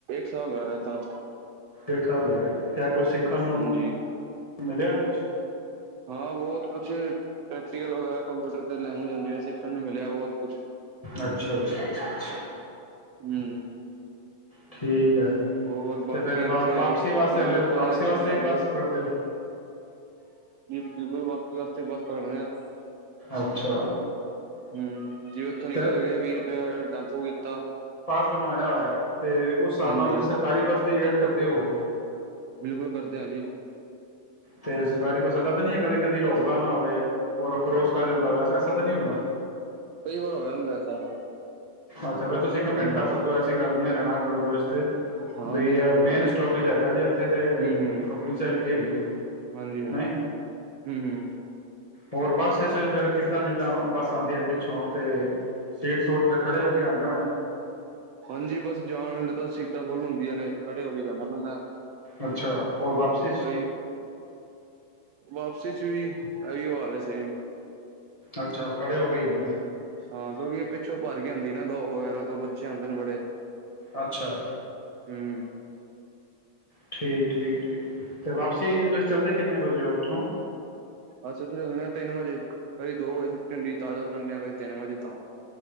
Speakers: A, on the right; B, on the left.
A: ਚਲ ਆਏ ਤਾਂ,
B: ਇੱਕ ਸਾਲ ਹੋਇਆ। ਜਾਂ ਕੁਛ ਸਿੱਖਣ ਨੂੰ
A: ਹਾਂਜੀ
B: ਮਿਲਿਆ ਕੁਛ,
A: ਹਾਂ ਬਹੁਤ ਕੁਛ ਪ੍ਰੈਕਟੀਕਲ ਵਗੈਰਾ ਕੰਪਿਊਟਰ ਤੇ ਲੈਂਗੁਜ ਹੁੰਦੀ, ਸਿੱਖਣ ਨੂੰ ਮਿਲਿਆ ਬਹੁਤ ਕੁਛ
B: ਅੱਛਾ-ਅੱਛਾ-ਅੱਛਾ-ਅੱਛਾ,
A: ਹੂੰ,
B: ਠੀਕ,
A: ਹੋਰ ਬਾਕੀ
B: ਤੇ ਫੇਰ
A: ਇੱਥੇ
B: ਵਾ ਵਾਪਸੀ ਵਾਸਤੇ
A: ਮੰਨ
B: ਫਿਰ
A: ਲਓ ਪੰਜ
B: ਵਾਪਸੀ
A: ਲੈਕਚਰ
B: ਵਾਸਤੇ
A: ਲਾ
B: ਹੀ
A: ਲਏ
B: ਬੱਸ ਫੜਦੇਓ।
A: ਫਿਲ ਵਾਸਤੇ ਬਸ ਪਕੜਨ ਆ
B: ਅੱਛਾ
A: ਹੂੰ ਜਿਵੇ, ਓਥੋਂ
B: ਅਤੇ
A: ਨਿਕਲ ਗਏ ਵੀਹ ਰੁਪਈਆ ਆਲਾ ਟੈਂਪੂ ਕੀਤਾ।
B: ਬਨ ਆਇਆ ਹੋਇਆ। ਤੇ ਉਸ ਹਿਸਾਬ
A: ਹਾਂਜੀ
B: ਨਾਲ ਤੁਸੀਂ ਸਰਕਾਰੀ ਬੱਸ ਦੀ ਵੇਟ ਕਰਦੇ ਹੋਵੋਗੇ।
A: ਬਿਲਕੁਲ ਕਰਦੇ ਹਾਂਜੀ,
B: ਤੇ ਸਰਕਾਰੀ ਬੱਸ ਏਦਾਂ ਤਾਂ ਨਹੀਂ ਕਦੇ ਕਦੀ ਰੋਕਦਾ ਨਾ ਹੋਵੇ, ਔਰ ਕਰੋਸ ਕਰ ਜਾਂਦਾ ਵੈਸਾ ਐਸਾ ਤਾਂ ਨਹੀਂ ਹੁੰਦਾ।
A: ਕਈ ਵਾਰ ਹੋ ਜਾਂਦਾ ਐਸਾ
B: ਅੱਛਾ ਫੇਰ ਤੁਸੀਂ ਕੰਪਲੇਂਟ
A: ਹੂੰ
B: ਕਰ ਸਕਦੇ ਹੋ, ਐਸੀ ਗੱਲ ਨਹੀਂ। ਹਰਿਆਣਾ ਰੋਡਵੇਜ,
A: ਹਾਂ
B: ਬਈ
A: ਨਹੀਂ ਆ ਤਾਂ
B: ਮੇਨ
A: ਹੈ
B: ਸਟੋਪਜ ਹੈਗਾ, ਜੀ ਇੱਥੇ ਤੇ
A: ਹੂੰ ਹੂੰ
B: ਰੁਕਣੀ ਚਾਹੀਦੀ ਹੈਗੀ ਆ
A: ਹਾਂਜੀ ਹਾਂਜੀ
B: ਨਹੀਂ।
A: ਹੂੰ ਹੂੰ
B: ਹੋਰ ਬਸ ਇਸ ਤ ਫੇਰ ਕਿੱਦਾਂ ਜਿੱਦਾਂ ਬਸ ਤੁਆਨੂੰ ਵੀ ਇੱਥੇ <unintelligible> ਏ ਸੇਟ ਸੂਟ ਤ ਖੜੇ ਹੋ ਕੇ ਜਾਂਦੇ ਹੋਣੈ।
A: ਹਾਂਜੀ, ਬਸ ਜਾਣ ਲਈ ਤਾਂ ਸੀਟਾਂ ਫੁੱਲ ਹੁੰਦੀਆਂ ਨੇ। ਖੜੇ ਹੋ ਕੇ ਜਾਣਾ ਪੈਂਦੈ।
B: ਅੱਛਾ ਔਰ ਵਾਪਸੀ 'ਚ
A: ਕੋਈ ਵਸ ਛ ਛ ਵੀ ਆਇਐ ਹਾਲ ਐ ਸੇਮ।
B: ਅੱਛਾ। ਖੜੇ ਹੋ ਕੇਈ ਹੁੰਦੇ
A: ਹੂੰ ਹਾਂ ਕਿਉਂਕਿ ਇਹ ਪਿੱਛੋਂ ਭਰ ਕੇ ਆਉਂਦੀ ਨਾ ਗਾ ਵਗੈਰਾ ਤੋਂ ਬੱਚੇ ਆਉਂਦੇ ਨੇ ਬੜੇ
B: ਅੱਛਾ
A: ਹੂੰ
B: ਠੀਕ ਠੀਕ ਠੀਕ ਤੇ ਵਾਪਸੀ ਤੁਸੀਂ ਚਲਦੇ ਕਿੰਨੇ ਵਜੇ ਹੋ ਉੱਥੋਂ
A: ਅਸੀਂ ਤਾਂ ਚੱਲਦੇ ਹਾਂ ਤਿੰਨ ਵਜੇ ਕੀ ਦੋ ਵਜੇ ਛੁੱਟੀ ਹੁੰਦੀ ਤਾਜ਼ਾਤ ਮੰਨੇ ਹਾਂ ਕਦੀ ਤਿੰਨ ਵਜੇ ਤਾਂ